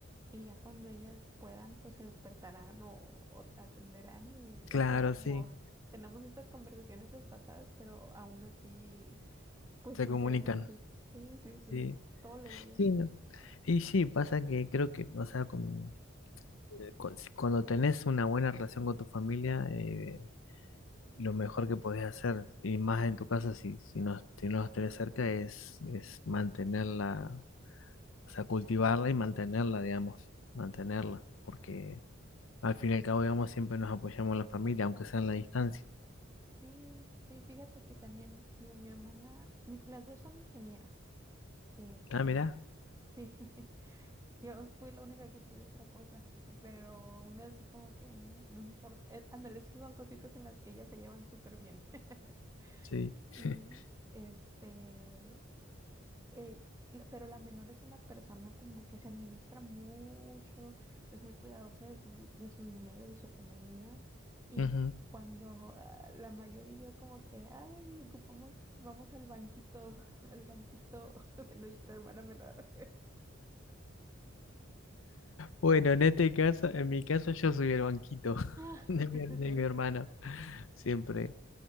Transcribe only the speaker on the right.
y ya cuando ellas puedan, pues se despertarán o, o atenderán y
así como
tenemos estas conversaciones desfasadas, pero aún así pues
interesantes.
Sí, sí, sí.
Todos los días.
Sí, sí, fíjate que también, digo, mi hermana, mi- las dos son ingenieras. Este,
sí, <laughs> yo fui la única que estudió otra cosa, pero aún así como que no importa. Eh, Ándale, esas son cositas en las que ellas se llevan súper bien. <laughs>
Y
este, eh, la- pero la menor es una persona como que se administra mucho, es muy cuidadosa de su, de su dinero, de su economía. Y
cuando ah, la mayor y yo como que, ay, ocupamos, vamos al banquito, <laughs> al banquito <laughs> de nuestra hermana menor.
<laughs>